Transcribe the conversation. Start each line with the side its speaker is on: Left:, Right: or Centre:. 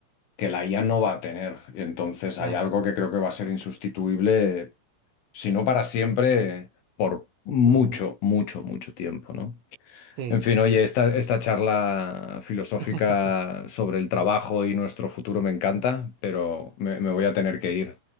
Left: que la IA no va a tener. Entonces
Right: claro.
Left: hay algo que creo que va a ser insustituible, si no para siempre, por mucho,
Right: Ujú.
Left: mucho, mucho tiempo, ¿no?
Right: Sí,
Left: En fin, oye, esta, esta charla filosófica
Right: <laughs>
Left: sobre el trabajo y nuestro futuro me encanta, pero me, me voy a tener que ir.